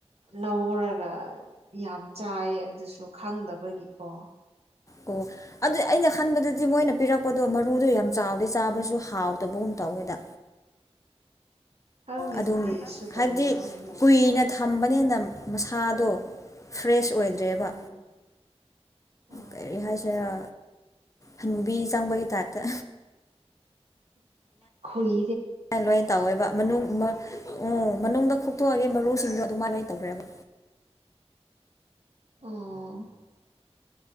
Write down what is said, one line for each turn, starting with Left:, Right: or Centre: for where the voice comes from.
Right: ꯂꯧꯔꯒ ꯌꯥꯝ ꯆꯥꯏꯌꯦ ꯑꯗꯨꯁꯨ ꯈꯪꯗꯕꯒꯤꯀꯣ
Left: ꯑꯣ ꯑꯗꯨ ꯑꯩꯅ ꯈꯟꯕꯗꯗꯤ ꯃꯣꯏꯅ ꯄꯤꯔꯛꯄꯗꯣ ꯃꯔꯨꯗꯣ ꯌꯥꯝ ꯆꯥꯎꯗꯦ ꯆꯥꯕꯁꯨ ꯍꯥꯎꯗꯕꯒꯨꯝ ꯇꯧꯋꯦꯗ
Right: ꯈꯪꯗꯦ
Left: ꯑꯗꯨꯝ
Right: ꯇꯦꯁꯁꯨ ꯇꯧꯔꯤꯗ
Left: ꯍꯥꯏꯕꯗꯤ
Right: ꯑꯩꯗꯤ
Left: ꯀꯨꯏꯅ ꯊꯝꯕꯅꯤꯅ ꯃꯁꯥꯗꯣ ꯐ꯭ꯔꯦꯁ ꯑꯣꯏꯗ꯭ꯔꯦꯕ
Right: ꯑꯣ ꯑꯣ
Left: ꯀꯔꯤ ꯍꯥꯏꯁꯤꯔꯥ ꯍꯨꯕꯤ ꯆꯪꯕꯒꯤ ꯇꯥꯏꯞꯇ
Right: ꯈꯣꯏ
Left: ꯂꯥꯏ ꯂꯣꯏ ꯇꯧꯋꯦꯕ ꯃꯅꯨꯡ ꯎ ꯃꯅꯨꯡꯗ ꯊꯣꯛꯇꯣꯛꯑꯒꯦ ꯃꯔꯨꯁꯤꯡꯗꯣ ꯑꯗꯨꯃꯥꯏꯅꯥꯏ ꯇꯧꯈ꯭ꯔꯦꯕ
Right: ꯑꯥ